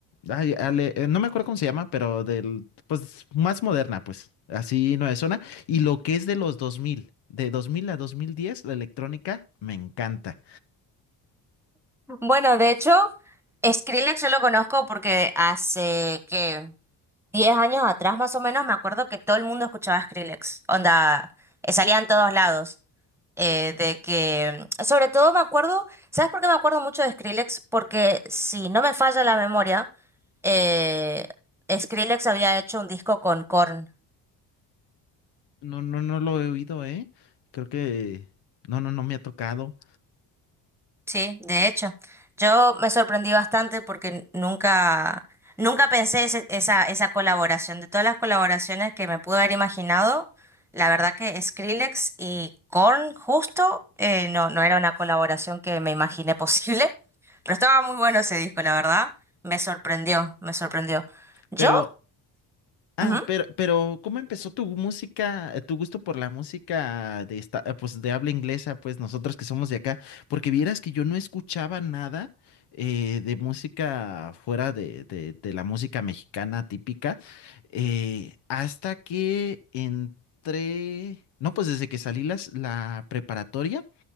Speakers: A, on the left; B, in the centre.
A: Ay, Ale- eh, no me acuerdo cómo se llama, pero del, pues, más moderna, pues, así no es zona. Y lo que es de los dos mil de 2000 a 2010 la electrónica, me encanta.
B: Bueno, de hecho, Skrillex yo lo conozco porque hace que 10 años atrás más o menos me acuerdo que todo el mundo escuchaba Skrillex. Onda, eh, salía en todos lados. eh, de que, sobre todo me acuerdo, ¿sabes por qué me acuerdo mucho de Skrillex? Porque si no me falla la memoria, eh, Skrillex había hecho un disco con Korn,
A: No, no, no lo he oído, ¿eh? Creo que, no, no, no me ha tocado.
B: sí, de hecho. Yo me sorprendí bastante porque nunca, nunca pensé ese- esa, esa colaboración. De todas las colaboraciones que me pude haber imaginado, la verdad que Skrillex y Korn justo eh, no, no era una colaboración que me imaginé posible, <laughs> pero estaba muy bueno ese disco, la verdad. Me sorprendió, me sorprendió. Yo...
A: Pero Ah,
B: ujú,
A: pero, pero ¿cómo empezó tu música, eh, tu gusto por la música de esta, eh, pues de habla inglesa, pues nosotros que somos de acá? Porque vieras que yo no escuchaba nada eh, de música fuera de, de- de la música mexicana típica, eh, hasta que entré, no, pues desde que salí las- la preparatoria